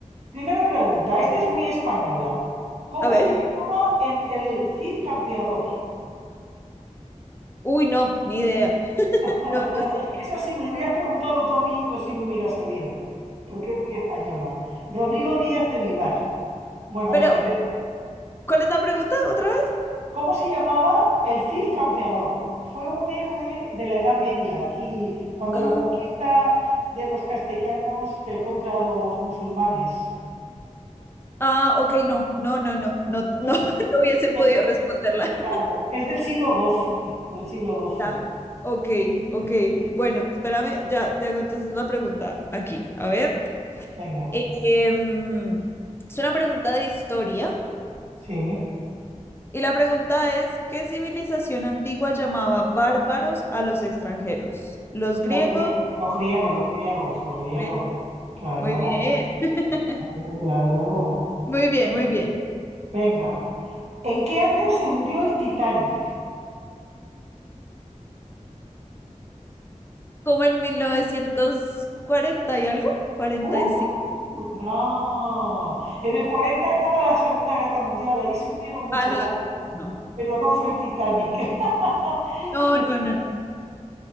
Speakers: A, on the right; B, on the left.
A: Primera pregunta, esta es muy española. ¿Cómo
B: A ver.
A: se llamaba en el Cid Campeador?
B: Uy, no, ni idea. <laughs>
A: <laughs>
B: No, no sé.
A: Esa si me lo hubieras preguntado tú a mí, yo sí lo hubiera sabido, porque es muy española. Rodrigo Díaz de Vivar. Bueno,
B: Pero,
A: venga, te-
B: ¿cuál es la pregunta otra vez?
A: ¿cómo se llamaba el Cid Campeador? Fue un héroe de la Edad Media, aquí cuando
B: Ah,
A: la conquista de los castellanos que contra los musulmanes.
B: ah, ok, no, no, no, no, no,
A: Claro,
B: no, <laughs> no hubiese podido
A: es, de-
B: responderla.
A: claro,
B: <laughs>
A: es del siglo XII, del siglo XII.
B: Ya. Ok, ok.
A: Sí,
B: Bueno, espérame, ya te hago entonces la pregunta aquí. A ver.
A: venga,
B: Em, es una pregunta de historia.
A: sí,
B: Y la pregunta es, ¿qué civilización antigua llamaba bárbaros a los extranjeros? ¿Los griegos?
A: los, grie- los griegos, los griegos, los griegos.
B: Bien,
A: Claro,
B: Muy bien, <laughs>
A: claro. claro.
B: muy bien, muy bien.
A: Venga, ¿en qué año se hundió el Titanic?
B: Como en 1940 y algo, cuarenta
A: ¡Uh!
B: y cinco
A: No. En el 40 estaba la Segunda Guerra Mundial, ahí se hundieron muchos
B: Ah, no,
A: barcos,
B: entonces no.
A: pero no fue el Titanic. <laughs>
B: No,
A: Precisamente.
B: no, no. no.